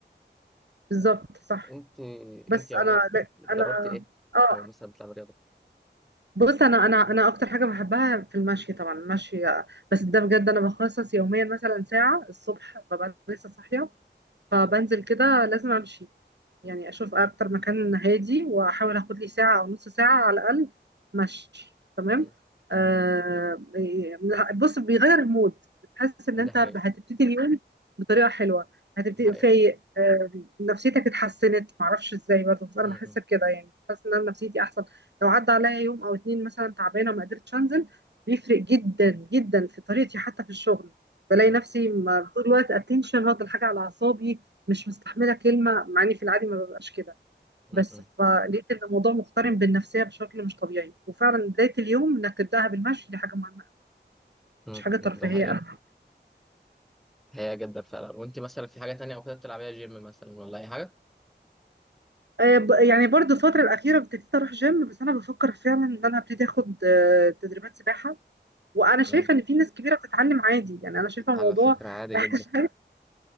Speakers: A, on the right; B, in the centre.
A: بالظبط صح
B: انت
A: بس
B: انت عموما
A: انا لا
B: اتدربت
A: انا
B: ايه
A: اه
B: او مثلا بتلعب رياضه
A: بص انا انا انا اكتر حاجه بحبها في المشي طبعا المشي بس ده بجد انا بخصص يوميا مثلا ساعه الصبح ببقى لسه صاحيه فبنزل كده لازم امشي يعني اشوف اكتر مكان هادي واحاول اخد لي ساعه او نص ساعه على الاقل مشي تمام
B: مم.
A: آه إيه، بص بيغير المود بتحس ان
B: ده
A: انت
B: حقيقه
A: هتبتدي اليوم بطريقه حلوه هتبتدي
B: ده حقيقه
A: فايق آه نفسيتك اتحسنت معرفش ازاي برضه بس انا
B: مم.
A: بحس بكده يعني بحس ان انا نفسيتي احسن لو عدى عليا يوم او اتنين مثلا تعبانه وما قدرتش انزل بيفرق جدا جدا في طريقتي حتى في الشغل بلاقي
B: مم.
A: نفسي ما- طول الوقت اتنشن واخد الحاجه على اعصابي مش مستحمله كلمه مع اني في العادي ما ببقاش كده
B: مم.
A: بس
B: مم.
A: فلقيت ان الموضوع مقترن بالنفسيه بشكل مش طبيعي وفعلا بدايه اليوم انك تبداها بالمشي دي حاجه مهمه أوي،
B: مم.
A: مش حاجه ترفيهيه
B: مم. ده حقيقه
A: أبدا.
B: حقيقه جدا فعلا وانت مثلا في حاجه تانية او كده بتلعبيها جيم مثلا ولا اي حاجه
A: آه، ب- يعني برضو الفتره الاخيره ابتديت اروح جيم بس انا بفكر فعلا ان انا ابتدي اخد آه، تدريبات سباحه وانا شايفه
B: مم.
A: ان في ناس كبيره بتتعلم عادي يعني انا شايفه الموضوع
B: على فكره عادي
A: <laughs>
B: جدا